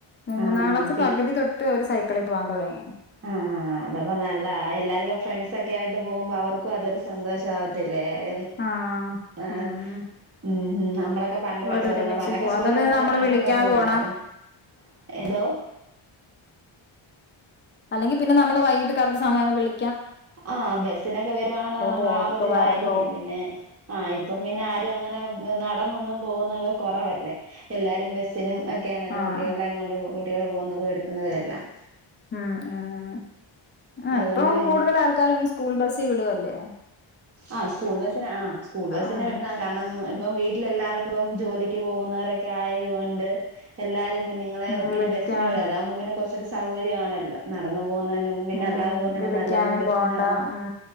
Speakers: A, on the left; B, on the right.
A: മൂന്നാം
B: ആഹ്
A: ക്ലാസ്
B: ആഹ്
A: പകുതി തൊട്ട് അവര് സ്‌ ക്കൂളി പോവാൻ തൊടങ്ങി
B: ആ ആ ആ അതാപറഞ്ഞേ അല്ല എല്ലാവരും ഓരോ ഫ്രണ്ട്സ്‌ ഒക്കെ ആയിട്ട് പോകുമ്പോ അവർക്കും അതൊരു സ സന്തോഷ ആവത്തി അല്ലെ എന്നു
A: ആ
B: അ
A: ഉം
B: മ്മ് മ്മ് നമ്മളൊക്കെ പണ്ട്
A: അവരൊരുമിച്ച്
B: പഠിച്ചപോലെ പണ്ടൊക്കെ
A: പോവും
B: സ്കൂളിലൊക്കെ
A: അതാ പിന്നെ നമ്മള്
B: നടന്നൊക്കെ
A: വിളിക്കാൻ
B: പോവില്ലായിരുന്നു
A: പോണം
B: ഏതോ
A: അല്ലെങ്കിൽ പിന്നെ നമ്മൾ വൈകിട്ട് ക സമയവുമ്പം വിളി
B: ആ ബെസ്സിനൊക്കെ വരുവാണെന്നുണ്ടേൽ നമ്മൾ
A: പോക്ക്
B: ആ ഒരു ഇത്
A: വരക്കവും
B: ആയിരിക്കും പിന്നെ ആ ഇപ്പം പിന്നെ ആരും അങ്ങനെ ബ നടന്ന് ഒന്നും പോവുന്നെ ഓക്കെ കൊറവ് അല്ലെ എല്ലാരും ബെസ്സിനും ഓക്കെ ആണല്ലോ
A: ആഹ്
B: കുട്ടികളേം കൊണ്ട് കുട്ടികൾ പോകുന്നതും എടുക്കുന്നതും എല്ലാം
A: ആ ആ ആ ആ
B: അതുകൊണ്ട്
A: ഇപ്പം
B: പിന്നെ
A: കൂടുതൽ ആൾക്കാരും സ്കൂൾ ബസ്സ് സ്സിവിടുവല്ലേ
B: ആ സ്കൂൾ ബസ്സിനാ ആ സ്കൂൾ ബസ്സിന്
A: ഉം
B: വിടുന്നെ കാരണം ഇപ്പം വീട്ടിലെല്ലാവർക്കും ജോലിക്ക് പോകുന്നവരൊക്കെ ആയതുകൊണ്ട് എല്ലാരും കുഞ്ഞുങ്ങള്
A: ഉം വിളിക്കാ
B: പിന്നെ ബസ്സിന് വിടും അതാവുമ്പോ പിന്നെ കുറച്ചുകൂടി സൗകര്യാണല്ലോ നടന്നു പോവുന്നതിനും പിന്നെ
A: ഉം
B: അല്ലാതെ പോകുന്നതിനും
A: വിളിക്കാനും
B: നല്ലത് ബസ്സിനാവുമ്പൊ
A: പോണ്ട ഉം